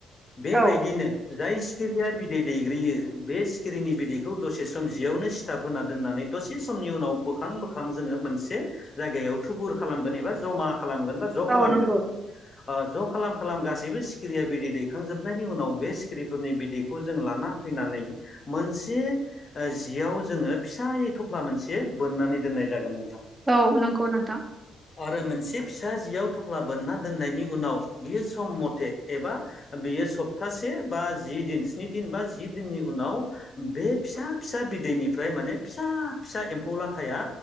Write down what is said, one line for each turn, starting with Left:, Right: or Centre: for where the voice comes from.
Left: बेबायदिनो
Right: औ
Left: जाय सिखिरिया बिदै दैग्रोयो बे सिखिरिनि बिदैखौ दसे सम जियावनो सिथाब होना दोननानै दसे समनि उनाव बोखां बोखां जोङो मोनसे जायगायाव थुबुर खालामगोन एबा जमा खालामगोन बा ज' खालामगोन
Right: औ नंगौ
Left: ओ ज'खालाम खालाम गासैबो सिखिरिया बिदै दैखांजोबनायनि उनाव बे सिखिरिफोरनि बिदैखौ जों लाना फै फैनानै मोनसे ओ जियाव जोङो फिसायै थफ्ला मोनसे बोननानै दोननाय जागोन नों
Right: औ नंगौ नोंथां
Left: आरो मोनसे फिसा जियाव थफ्ला बोनना दोननायनि उनाव बियो सम मथे एबा बियो सप्तासे बा जि दिन स्नि दिन बा जि दिननि उनाव बे फिसा फिसा बिदैनि फ्राय माने फिसा फिसा एम्फौ लाथाया